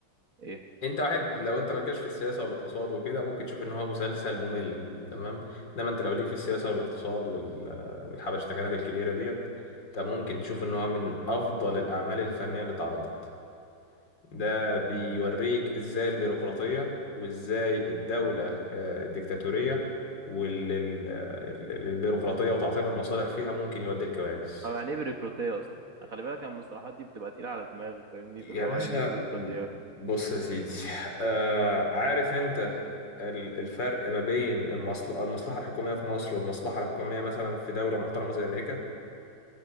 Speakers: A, on the right; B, on the left.
A: ايه
B: انت واحد لو انت مالكش في السياسه والاقتصاد وكده ممكن تشوف ان هو مسلسل ممل تمام انما انت لو ليك في السياسه والاقتصاد وال... والحبشتكنات الكبيره ديت انت ممكن تشوف ان هو من افضل الاعمال الفنيه اللي اتعرضت ده بيوريك ازاي البيروقراطيه وازاي الدوله آه، الديكتاتوريه والبيروقراطيه وتعطيل المصالح فيها ممكن يودي لكوارث
A: او يعني ايه بيروقراطيه اصلا خلي بالك أنا المصطلحات دي بتبقى تقيله على دماغي فاهمني
B: يا
A: فاللي
B: باشا
A: هو يعني ايه بيروقراطيه
B: بص يا سيدي آه عارف انت ال- الفرق ما بين المصل... المصلحة الحكومية في مصر والمصلحة الحكومية مثلا في دولة محترمة زي أمريكا